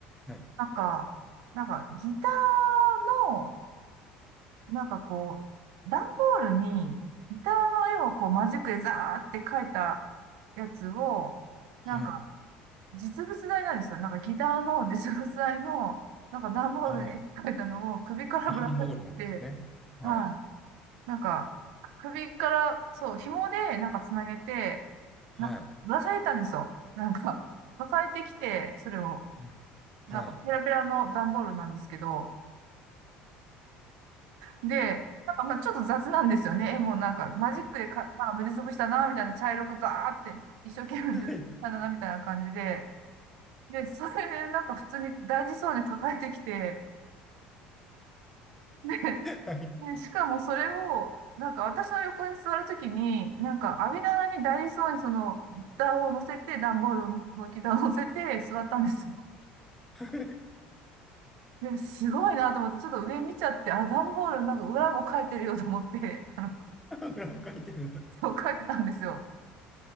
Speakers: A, in the centre; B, on the right.
A: はい。
B: なんか、なんかギターの、なんかこう、段ボールにギターの絵をこうマジックでザーって描いたやつを、なんか
A: はい。
B: 実物大なんですよ。なんかギターの実物大の、なんか段ボールに絵描いたのを首からぶら下げてて、
A: はい。段ボールなんですね。はい。
B: はい。なんか、首から、そう、紐で、なんかつなげて、
A: はい。
B: なんか、ぶら下げたんですよ。なんか、抱えてきて、それを、
A: はい。
B: なんか、
A: はい。
B: ペラペラの段ボールなんですけど、で、なんか、まあちょっと雑なんですよね。絵もなんか、マジックでか、なんか塗りつぶしたな、みたいな、茶色くザーって、一生懸命塗ったな、
A: はい。
B: みたいな感じで、で、それ、なんか、普通に大事そうに抱えてきて、で、
A: はい。
B: ねしかもそれを、なんか私の横に座るときに、なんか網棚にダイソーにその、蓋を乗せて、段ボールのの板を乗せて座ったんですよ。
A: はい。
B: で、すごいなと思って、ちょっと上見ちゃって、あ、段ボールなんか裏も書いてるよと思って、<laughs> あの、
A: 裏も書いてるんだ。
B: そう書いてたんですよ。